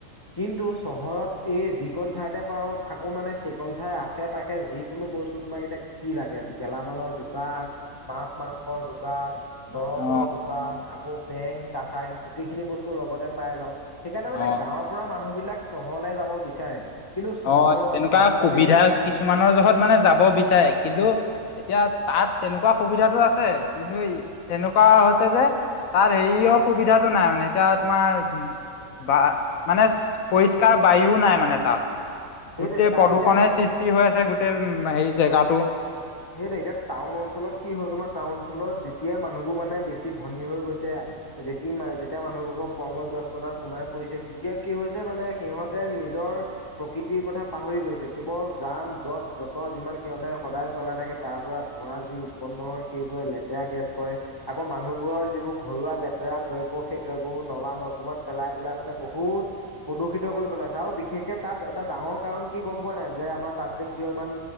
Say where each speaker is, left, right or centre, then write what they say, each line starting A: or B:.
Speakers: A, on the left (about 35°); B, on the left (about 80°).
A: কিন্তু চহৰত এই যিকণ ঠাইতে পাওঁ, থাকো মানে সেইকণ ঠাইৰ আশে-পাশে যি কোনো বস্তু তোমাক এতিয়া কি লাগে, গেলামালৰ দোকান, মাছ মাংসৰ দোকান দৰবৰ
B: অ
A: দোকান, আকৌ বেংক-কাছাৰী গোটেইখিনি বস্তু লগতে পাই যাওঁ। সেইকাৰণে
B: অ
A: মানে গাঁৱৰ পৰা মানুহবিলাক চহৰলে যাব বিচাৰে। কিন্তু চহৰত
B: অ', তেনেকুৱা
A: আজিকালি
B: সুবিধা কিছুমানৰ জহত মানে যাব বিচাৰে, কিন্তু এতিয়া, তাত তেনেকুৱা সুবিধাটো আছে, কিন্তু, এনেকুৱা হৈছে যে তাত হেৰি অ' সুবিধাটো নাই মানে, এতিয়া তোমাৰ বা, মানে, পৰিষ্কাৰ বায়ুও নাই মানে তাত
A: সেইটোৱে
B: গোটেই
A: তাত
B: প্ৰদূষণে
A: এতিয়া
B: সৃষ্টি হৈ আছে গোটেই উ হেৰি জেগাটো
A: সেইটোৱে, এতিয়া টাউন অঞ্চলত কি হ'ল তোমাৰ টাউন অঞ্চলত যেতিয়া মানুহবোৰ বেছি ধনী হৈ গৈছে। যেতি মা যেতিয়া মানুহবোৰৰ কৰ্মব্যস্ততা সোমাই পৰিছে এতিয়া কি হৈছে মানে সিহঁতে নিজৰ প্ৰকৃতিৰ কথা পাহৰি গৈছে কেৱল যান- যত যত যিমান সিহঁতে সদায় চলাই থাকে তাৰপৰা ধোঁৱা যি উৎপন্ন হয়। সেইবোৰে লেতেৰা গেছ কৰে আকৌ মানুহবোৰৰ যিবোৰ ঘৰুৱা লেতেৰা দ্ৰব্য সেই দ্ৰব্যবোৰ নলা- নৰ্দমাত পেলায়, পেলাই মানে বহুত প্ৰদূষিত কৰি পেলাইছে আৰু বিশেষকে তাত এটা ডাঙৰ কাৰণ কি গম পোৱা নাই? যে আমাৰ তাত যে কিয় ইমান